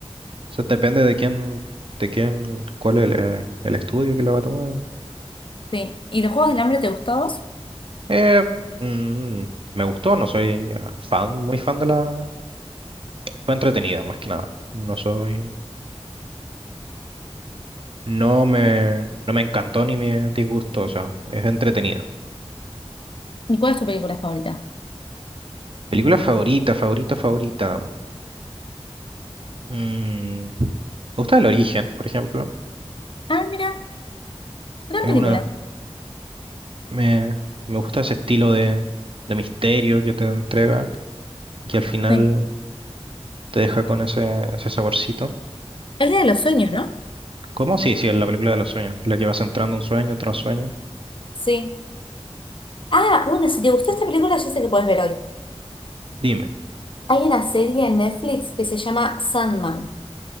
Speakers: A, on the right (about 55°); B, on the left (about 55°).
A: sea, depende de quién, de quién, cuál es el, eh, el estudio que la va a tomar.
B: Sí. ¿Y los Juegos del Hambre te gustó a vos?
A: Eh, mm, me gustó, no soy eh, fan, muy fan de la... Fue entretenida, más que nada. No soy... No me, no me encantó ni me disgustó, o sea, es entretenida.
B: ¿Y cuál es tu película favorita?
A: Película favorita, favorita, favorita. Mm, me gusta El Origen, por ejemplo.
B: Ah, mira, gran
A: Es
B: película.
A: una, me, me gusta ese estilo de, de misterio que te entrega y que al final
B: Sí.
A: te deja con ese, ese saborcito.
B: El Día de los Sueños, ¿no?
A: ¿Cómo? Sí, sí, es la película de los sueños, la que vas entrando un sueño tras sueño.
B: Sí. Ah, bueno, si te gustó esta película, ya sé que puedes ver hoy.
A: Dime.
B: Hay una serie en Netflix que se llama Sandman.